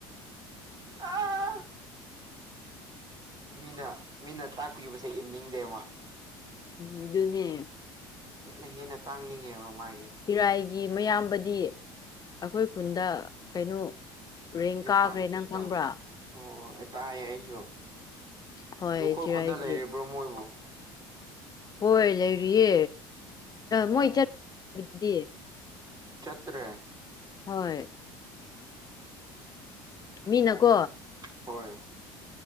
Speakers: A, on the right; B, on the left.
A: <unintelligible> ꯃꯤꯅ ꯃꯤꯅ ꯇꯥꯛꯄꯤꯕꯁꯦ ꯏꯟꯅꯤꯡꯗꯦꯃꯥ
B: ꯑꯗꯨꯅꯦ
A: ꯍꯦꯟꯅ ꯍꯦꯟꯅ ꯇꯥꯡꯅꯤꯡꯉꯦꯕ ꯃꯥꯒꯤꯁꯦ
B: ꯏꯔꯥꯏꯒꯤ ꯃꯌꯥꯝꯕꯗꯤ ꯑꯩꯈꯣꯏ ꯈꯨꯟꯗ ꯀꯩꯅꯣ ꯔꯦꯡ
A: ꯌꯨꯝ
B: ꯀꯥꯈ꯭ꯔꯦ
A: ꯄꯥꯟꯈ꯭ꯔꯕꯗꯣ
B: ꯅꯪ ꯈꯪꯕ꯭ꯔꯥ
A: ꯑꯣ ꯑꯩ ꯇꯥꯌꯦ ꯑꯩꯁꯨ ꯑꯗꯨ
B: ꯍꯣꯏ
A: ꯑꯩꯈꯣꯏ
B: ꯆꯤꯔꯥꯏꯒꯤ
A: ꯈꯨꯟꯗ ꯂꯩꯔꯤꯕ꯭ꯔꯣ ꯃꯣꯏꯕꯨ
B: ꯍꯣꯏ ꯂꯩꯔꯤꯌꯦ
A: ꯑꯣ
B: ꯃꯣꯏ ꯆꯠꯗꯤ
A: ꯆꯠꯇ꯭ꯔꯦ
B: ꯍꯣꯏ
A: ꯑꯣ
B: ꯃꯤꯅꯀꯣ
A: ꯍꯣꯏ